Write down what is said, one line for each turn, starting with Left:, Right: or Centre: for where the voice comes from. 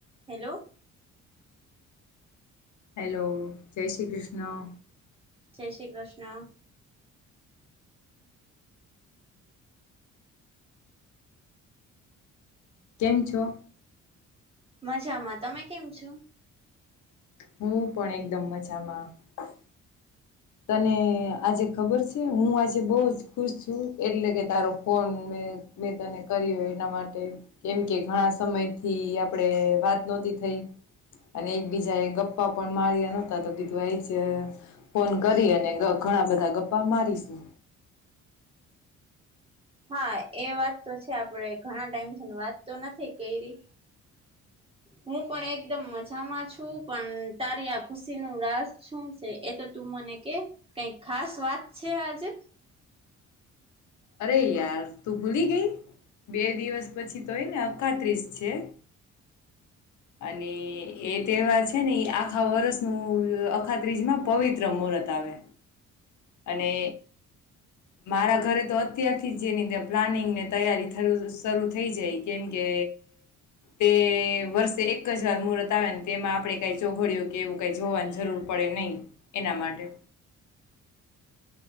Right: Hello.
Left: Hello, જય શ્રી કૃષ્ણ
Right: જય શ્રી કૃષ્ણ
Left: કેમ છો?
Right: મજામાં. તમે કેમ છો?
Left: હું પણ એકદમ મજામાં તને આજે ખબર છે, હું આજે બહુ જ ખુશ છું. એટલે કે તારો ફોન મે મેં તને કર્યો એના માટે કેમ કે ઘણા સમયથી આપણેે વાત નોતી થઈ અને એકબીજાન એ ગપ્પા પણ માર્યા નોતા તો કીધું આઈ જ ફોન કરી અને ઘ ઘણા બધા ગપ્પા મારીશું.
Right: હા, એ વાત તો છે આપણેે ઘણા ટાઈમ છે વાત તો નથી કરી હું પણ એકદમ મજામાં છું, પણ તારી આ ખુશી ન રાસ શું છે, એ તો તું મને કે કઈક ખાસ વાત છે આજે?
Left: અરે યાર! તું ભૂલી ગઈ બે દિવસ પછી તો હે ને અખાત્રીસ છે અને એ તહેવાર છે, ને એ આખા વર્ષનું અખાત્રીજ માં પવિત્ર મુહૂર્ત આવે. અને મારા ઘરે તો અત્યારથી જેની પ્લાનિંગને તૈયારી શરૂ થઈ જાય, કેમકે તે વર્ષે એક જ વાર મુહૂર્ત આવે ને તેમાં આપણે કાંઈ ચોઘડીયો કે એવું કાંઈ જોવાની જરૂર પડે નહીં, એના માટે.